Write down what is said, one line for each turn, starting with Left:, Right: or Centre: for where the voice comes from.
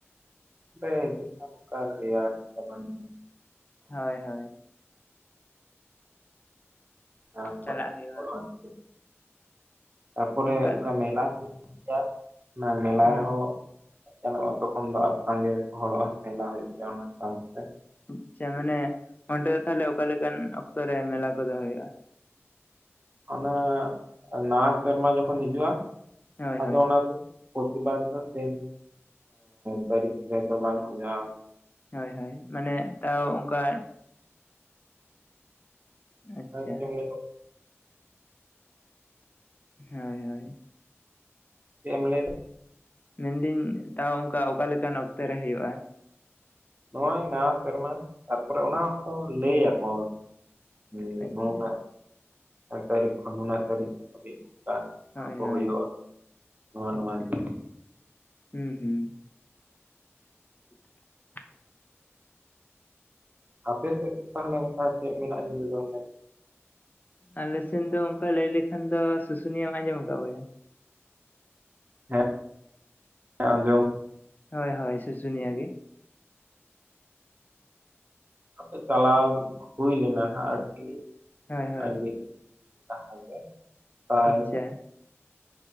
Right: ᱯᱮ ᱦᱤᱡᱩ ᱠᱷᱟᱱ, ᱚᱱᱠᱟ ᱞᱟᱹᱭᱟ ᱞᱮᱯᱮ ᱵᱟᱝ ᱫᱚ ᱵᱟᱝ?
Left: ᱦᱳᱭ, ᱦᱳᱭ᱾
Right: ᱢᱟᱲᱟᱝ
Left: ᱪᱟᱞᱟᱜ
Right: ᱠᱚᱨᱮ
Left: ᱦᱳᱭᱳᱜᱼᱟ᱾
Right: ᱦᱳᱲᱳ ᱟᱨᱠᱤ ᱛᱟᱨᱯᱚᱨᱮ
Left: ᱚᱱᱠᱟ
Right: ᱚᱠᱟ ᱢᱮᱞᱟ ᱦᱳᱭᱳᱜ ᱜᱮᱭᱟ, ᱚᱱᱟ ᱢᱮᱞᱟ
Left: ᱦᱩᱸ
Right: ᱨᱮᱦᱚᱸ ᱥᱮᱱᱚᱜᱼᱟ ᱛᱚᱠᱷᱚᱱ ᱫᱚ ᱟᱨ ᱥᱟᱸᱜᱮ ᱜᱮᱠᱚ ᱦᱚᱲᱚᱜᱼᱟ, ᱾ᱢᱮᱞᱟ ᱦᱳᱭᱳᱜ ᱜᱮᱭᱟ ᱚᱱᱟ ᱠᱟᱨᱚᱱ ᱛᱮ
Left: ᱟᱪᱪᱷᱟ ᱢᱟᱱᱮ ᱚᱸᱰᱮ ᱫᱚ ᱛᱟᱦᱚᱞᱮ, ᱚᱠᱟᱞᱮᱠᱟᱱ ᱚᱠᱛᱚ ᱨᱮ ᱢᱮᱞᱟ ᱠᱚᱫᱚ ᱦᱳᱭᱳᱜᱼᱟ᱾
Right: ᱚᱱᱟ ᱱᱟᱣᱟ ᱥᱮᱨᱢᱟ ᱡᱚᱠᱷᱚᱱ ᱦᱤᱡᱩᱜᱼᱟ,
Left: ᱦᱳᱭ
Right: ᱟᱫᱚ
Left: ᱦᱳᱭ
Right: ᱚᱱᱟ ᱯᱨᱚᱛᱤᱵᱟᱨ ᱫᱚ ᱥᱮᱢ, ᱛᱟᱹᱨᱤᱠᱷ ᱨᱮᱫᱚ ᱵᱟᱝ ᱦᱳᱭᱳᱜᱼᱟ᱾
Left: ᱦᱳᱭ, ᱦᱳᱭ, ᱢᱟᱱᱮ ᱛᱟᱣ ᱚᱱᱠᱟ ᱟᱪᱪᱷᱟ
Right: ᱦᱮᱸ ᱜᱚᱝᱠᱮ ᱚᱸᱰᱮ ᱫᱚ <unintelligible>
Left: ᱦᱳᱭ, ᱦᱳᱭ᱾
Right: ᱪᱮᱜ ᱮᱢ ᱞᱟᱹᱭ ᱫᱟ?
Left: ᱢᱮᱱᱫᱟᱹᱧ ᱛᱟᱣ ᱚᱝᱠᱟ ᱚᱠᱟᱞᱮᱠᱟᱱ ᱚᱠᱛᱚ ᱨᱮ ᱦᱳᱭᱳᱜᱼᱟ᱾
Right: ᱱᱚᱜᱚᱭ ᱱᱟᱣᱟ ᱥᱮᱨᱢᱟ, ᱛᱟᱨᱯᱚᱨᱮ ᱚᱱᱟ ᱦᱚᱸ ᱞᱟᱹᱭ ᱟᱠᱚ᱾ ᱦᱮᱸ
Left: ᱟᱪᱪᱷᱟ
Right: ᱱᱩᱱᱟᱹᱜ ᱛᱟᱹᱨᱤᱠᱷ ᱠᱷᱚᱱ ᱱᱩᱱᱟᱹᱜ ᱛᱟᱹᱨᱤᱠᱷ ᱫᱷᱟᱵᱤᱡ <unintelligible>
Left: ᱦᱳᱭ
Right: ᱠᱚ
Left: ᱦᱳᱭ
Right: ᱦᱩᱭᱩᱜᱼᱟ ᱱᱚᱣᱟᱜᱼ ᱱᱚᱣᱟ
Left: ᱟᱪᱪᱷᱟ
Right: ᱡᱤᱱᱤᱥ᱾
Left: ᱦᱩᱸ ᱦᱩᱸ᱾ <inaudible>
Right: ᱟᱯᱮ ᱥᱮᱫ ᱠᱚ ᱛᱟᱦᱚᱞᱮ ᱚᱱᱠᱟ ᱪᱮᱫ ᱢᱮᱱᱟᱜᱼᱟ ᱧᱮᱞ ᱡᱚᱝ ᱞᱟᱹᱜᱤᱫ?
Left: ᱟᱞᱮᱥᱮᱱ ᱫᱚ ᱚᱱᱠᱟ ᱞᱟᱹᱭ ᱞᱮᱠᱷᱟᱱ ᱫᱚ ᱥᱩᱥᱩᱱᱤᱭᱟᱹᱢ ᱟᱸᱡᱚᱢ ᱠᱟᱫᱟ ᱵᱚᱭᱦᱟ?
Right: ᱦᱮᱜ ᱟᱸᱡᱚᱢ
Left: ᱦᱳᱭ ᱦᱳᱭ ᱥᱩᱥᱩᱱᱤᱭᱟᱹ ᱜᱮ᱾
Right: ᱟᱫᱚ ᱪᱟᱞᱟᱣ ᱦᱩᱭ ᱞᱮᱱᱟ ᱱᱟᱦᱟᱸᱜ ᱟᱹᱰᱤ
Left: ᱦᱳᱭ ᱦᱳᱭ
Right: ᱟᱹᱰᱤ ᱛᱟᱸᱦᱮ ᱜᱮ, ᱯᱨᱟᱭ
Left: ᱟᱪᱪᱷᱟ᱾